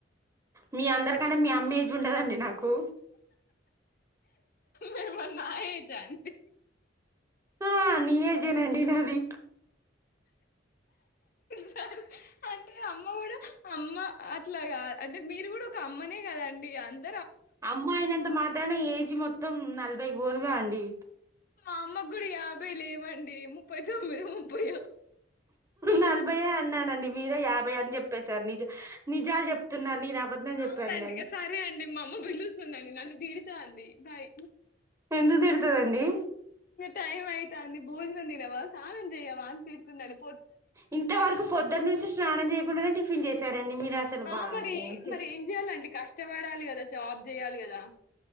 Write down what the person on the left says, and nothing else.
మీరు మరి నా ఏజ్ ఆ ఆన్ డి
సరే అంటే అమ్మ గూడా అమ్మ అట్లాగాదు అంటే మీరు కూడా ఒక అమ్మనే కదండి అంత్
అమ్మ గుడా యాభై లేవండి ముప్పై తొమ్మిది ముప్పై ఓ
అవునండి
ఇగ మా అమ్మ పిలుస్తుందండి నన్ను ఒకే అండి బాయ్
టైం అయితే అండి భోజనం తినవా స్నానం చేయవా అని తిడుతుంది అండి
ఆ
మరి
మరి ఏం చేయాలండి కష్టపడాలి కదా జాబ్ చేయాలి కదా